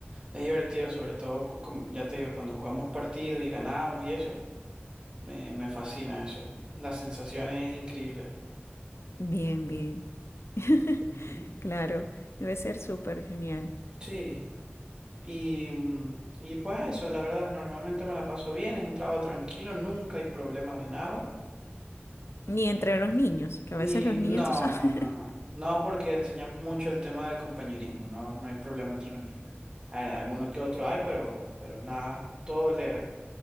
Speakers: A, on the right (about 20°); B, on the left (about 80°).
A: Es divertido, sobre todo, como, ya te digo, cuando jugamos partidos y ganamos y eso, me, me fascina eso. La sensación es increíble.
B: Bien, bien. <laughs>
A: Ujú,
B: Claro, debe ser súper genial.
A: Sí. Y, mm, y pues eso, la verdad, normalmente me la paso bien, es un trabajo tranquilo, nunca hay problemas de nada.
B: Ni entre los niños, que a
A: Ni,
B: veces los
A: no,
B: niños, tú sabes.
A: no,
B: <laughs>
A: no, no. No, porque enseñamos mucho el tema del compañerismo, no, no hay problema entre los niños. A ver, alguno que otro hay, pero, pero nada, todo leve.